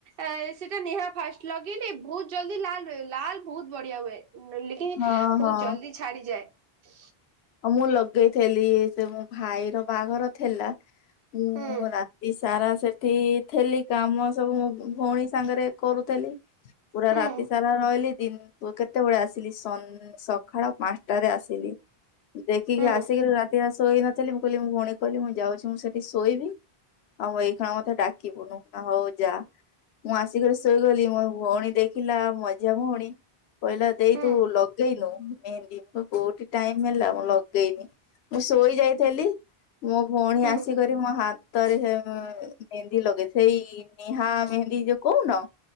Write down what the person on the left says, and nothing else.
ହଁ
ହଁ।
ଆଉ ମୁଁ ଲଗେଇଥିଲି ସେ ମୋ ଭାଇର ବାହାଘର ଥିଲା। ମୁଁ
ରା ତି ସାରା ସେଠି ଥିଲି କାମ ସବୁ ଭଉଣୀ ସାଙ୍ଗରେ କରୁଥିଲି। ପୁରା
ରାତି ସାରା ରହିଲି ଦିନ କେତେବେଳେ ଆସିଲି ସନ ସକାଳ ପାଞ୍ଚଟାରେ ଆସିଲି। ଦେଖିକି
ଆସିକିରି ରାତିଟା ଶୋଇ ନଥିଲି। ମୁଁ କହିଲି ମୁଁ ଭଉଣୀ କହିଲି ମୁଁ ଯାଉଛି ମୁଁ ସେଠି ଶୋଇବି। ଆଉ ଏଇ ଖିଣା ମତେ ଡାକିବୁନୁ ହଉ ଯା। ମୁଁ ଆସିକିରି ଶୋଇଗଲି ମୋ ଭଉଣୀ ଦେଖିଲା ମଝିଆଁ ଭଉଣୀ। କହିଲା ଦେଇ
ତୁ ଲଗେଇନୁ ମେହେନଦି କୋଉଠି ଟାଇମ ହେଲା ମ ଲଗେଇନି ମୁଁ ଶୋଇ ଯାଇଥିଲି ମୋ ଭଉଣୀ
ଆସି କରି ମୋ ହାତରେ ସେ ମେହେନ୍ଦି ଲଗେଇ ସେଇ ନେହା ମେହେନ୍ଦୀ ଯୋଉ କହୁନ